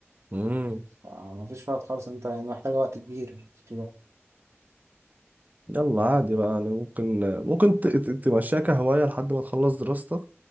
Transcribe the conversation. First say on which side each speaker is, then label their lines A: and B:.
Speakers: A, on the right; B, on the right.
A: امم
B: فما فيش وقت خالص انت يعني محتاج وقت كبير في اليوم
A: يلا عادي بقى يعني ممكن ممكن ت- ت- تمشيها كهواية لحد ما تخلص دراستك